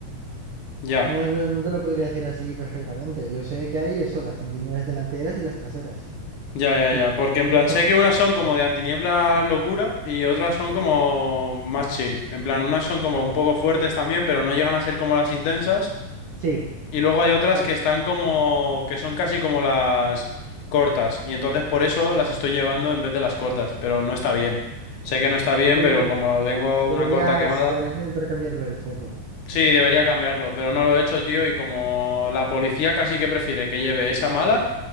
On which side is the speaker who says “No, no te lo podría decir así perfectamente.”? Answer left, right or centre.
Right